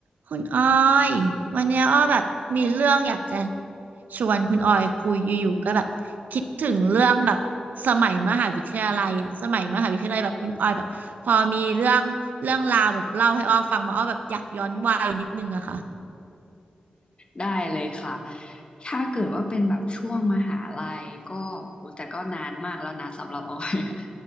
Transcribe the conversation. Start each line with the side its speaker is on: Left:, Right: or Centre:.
Right: คุณออยวันเนี้ยอ้อแบบมีเรื่องอยากจะชวนคุณออยคุยอยู่ๆก็แบบคิดถึงเรื่องแบบสมัยมหาวิทยาลัยอะสมัยมหาวิทยาลัยแบบคุณออยแบบพอมีเรื่องเรื่องราวแบบเล่าให้อ้อฟังมาอ้อแบบอยากย้อนวัยนิดนึงอะค่ะ
Left: ได้เลยค่ะถ้าเกิดว่าเป็นแบบช่วงมหาลัยก็โอ้แต่ก็นานมากแล้วนะสำหรับออยอะ